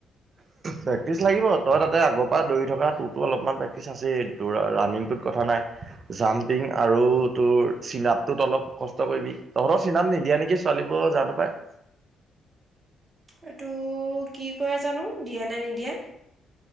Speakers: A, on the right; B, on the right.
A: প্ৰেক্টিচ লাগিব তইটো তাতে আগৰ পৰা দৌৰি থকা তোৰতো অলপমান প্ৰেক্টিচ আছেই। তোৰ ৰানিংটোত কথা নাই। জাম্পিং আৰু তোৰ চিনাপটোত অলপ কষ্ট কৰিবি তহঁতৰ চিনাপ নিদিয়ে নেকি? পোৱালিবোৰৰ জানো পায়।
B: এটো কি কৰে জানোঁ দিয়ে নে নিদিয়ে।